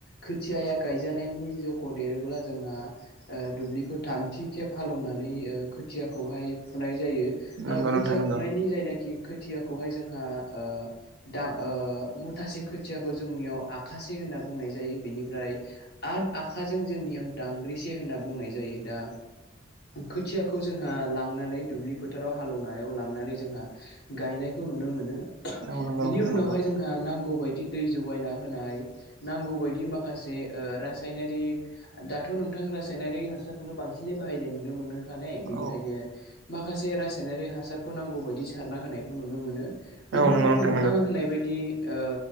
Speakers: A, on the left; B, on the right.
A: खोथियाया गाय जानायनि जख' देरोब्ला जोंहा ओ दुब्लिखौ थामथि खेब हालौनानै ओ खोथिया खौहाय फुनाय जायो
B: नंगौ
A: ओ खोथिया
B: नोंथां नंगौ
A: फुनायनि जायनाखि खोथियाखौहाय जोंहा ओ दा ओ मुथासे खोथियाखौ जोंनियाव आखासे होनना बुंनाय जायो बेनिफ्राय आठ आखाजों जोंनियाव दांग्रिसे होनना बुंनाय जायो दा खोथियाखौ जोंहा लांनानै दुब्लि फोथाराव हाल एवनायाव लांनानै जोंहा गायनायखौ नुनो मोनो।
B: औ नंगौ
A: बिनि
B: नोंथां
A: उनावहाय
B: नंगौ
A: जोंहा नांगौ बाय दि दै जगायना होनाय नांगौ बायदि माखासे ओ रास सायनारिक दाथ' नोंथां रासायनारि हासारखौनो बांसिनै बाहायनाय नुनो मोनो। नानै बेनिखायनो
B: औ
A: माखासे रासायनारि हासारखौ नांगौ बायदि सारना होनायखौ नुनो मोनो। बेनि
B: औ नंगौ
A: उनाव
B: नोंथां
A: नोंथाङा
B: नंगौ
A: होननाय बायदि ओ